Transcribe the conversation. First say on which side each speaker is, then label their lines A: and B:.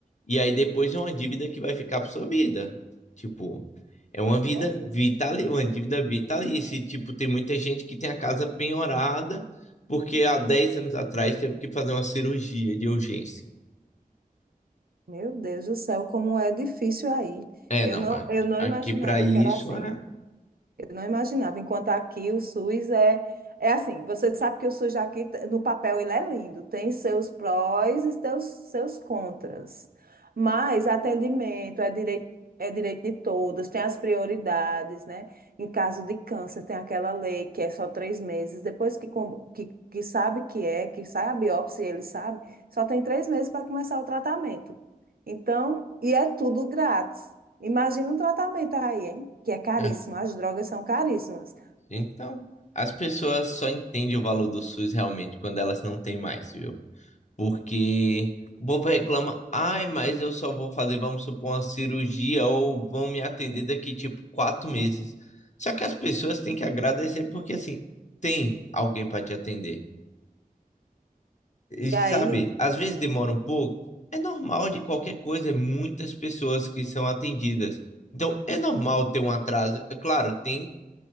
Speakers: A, on the left; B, on the right.
A: E aí depois é uma dívida que vai ficar para sua vida. Tipo, é uma vida
B: Jesus.
A: vital, uma dívida vitalícia. E, tipo, tem muita gente que tem a casa penhorada porque há 10 anos atrás teve que fazer uma cirurgia de urgência.
B: Meu Deus do céu, como é difícil aí.
A: É,
B: Eu
A: não.
B: não,
A: a-
B: eu não
A: Aqui
B: imaginava
A: para isso
B: que era assim.
A: é,
B: Eu não imaginava. Enquanto aqui o SUS é, é assim, você sabe que o SUS aqui, t- no papel, ele é lindo, tem seus prós e seus, seus contras. Mas atendimento é direito, é direito de todos, tem as prioridades, né? Em caso de câncer, tem aquela lei que é só três meses. Depois que, com- que, que sabe que é, que sai a biópsia, e ele sabe, só tem três meses para começar o tratamento. Então, e é tudo grátis. Imagina um tratamento aí, hein? Que é caríssimo,
A: é.
B: as drogas são caríssimas.
A: Então, as pessoas só entendem o valor do SUS realmente quando elas não têm mais, viu? Porque o povo reclama, ai, mas eu só vou fazer, vamos supor, uma cirurgia ou vão me atender daqui tipo quatro meses. Só que as pessoas têm que agradecer porque assim tem alguém para te atender. E
B: E
A: sabe,
B: aí,
A: às vezes demora um pouco. É normal de qualquer coisa, é muitas pessoas que são atendidas. Então, é normal ter um atraso. É Claro, tem